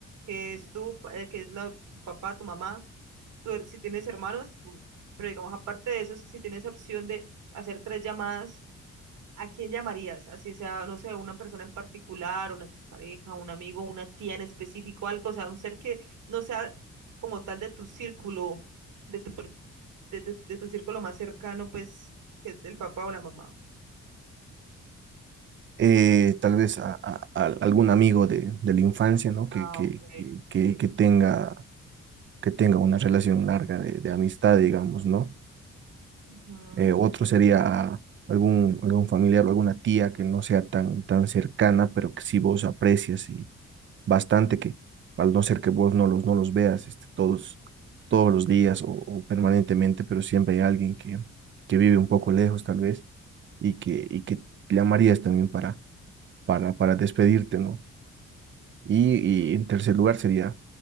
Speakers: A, on the right; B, on the right.
A: que es tu, pa- eh, que es la, tu papá, tu mamá. tú er- si tienes hermanos, tú- pero digamos, aparte de eso, si si tienes opción de hacer tres llamadas, ¿a quién llamarías? Así sea, no sé, una persona en particular, una expareja, un amigo, una tía en específico, algo, o sea, un ser que no sea como tal de tu círculo, de tu, pr- de, de- de tu círculo más cercano, pues, que es del papá o la mamá.
B: Eh, tal vez a, a- a algún amigo de, de la infancia, ¿no?
A: Ah,
B: Que, que,
A: ok.
B: que, que, que tenga, que tenga una relación larga de, de amistad, digamos, ¿no?
A: Ujú.
B: eh, otro sería algún, algún familiar o alguna tía que no sea tan, tan cercana, pero que sí vos aprecias y bastante que al no ser que vos no los, no los veas este, todos, todos los días o, o permanentemente, pero siempre hay alguien que, que vive un poco lejos tal vez y que, y que llamarías también para, para, para despedirte, ¿no? Y, y en tercer lugar sería